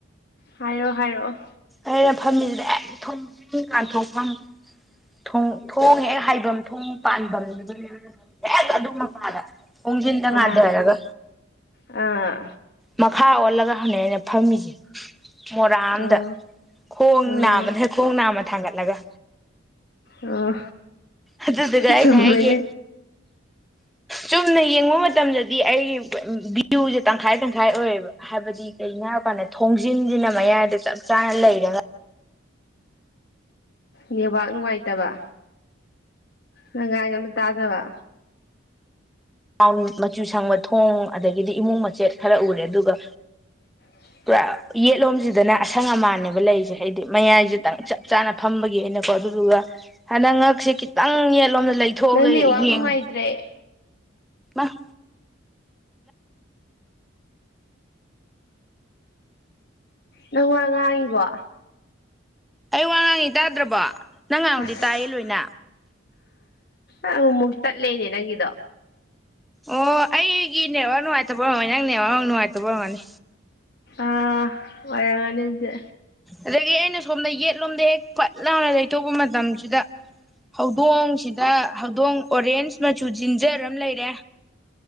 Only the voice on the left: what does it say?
ꯍꯥꯏꯔꯣ ꯍꯥꯏꯔꯛꯑꯣ
ꯑ
ꯑꯥ
ꯑꯣ
ꯑꯣ
ꯑꯣ
ꯆꯨꯝꯃꯤꯅꯦ
ꯅꯦꯠꯋꯥꯛ ꯅꯨꯡꯉꯥꯏꯇꯕ ꯅꯪ ꯉꯥꯡꯉꯤꯗꯣ ꯑꯝꯇꯥ ꯇꯥꯗꯕ
<inaudible>
ꯅꯪ ꯅꯦꯠꯋꯥꯛ
ꯅꯨꯡꯉꯥꯏꯇ꯭ꯔꯦ
ꯅꯪ ꯋꯥ ꯉꯥꯡꯉꯤꯕꯣ
ꯑꯁ
ꯑꯃꯨꯛ ꯃꯨꯛ ꯇꯠꯂꯦꯅꯦ ꯅꯪꯒꯤꯗꯣ
ꯑꯥ ꯑꯣꯏꯔꯝꯒꯅꯤ ꯑꯗꯨꯗꯤ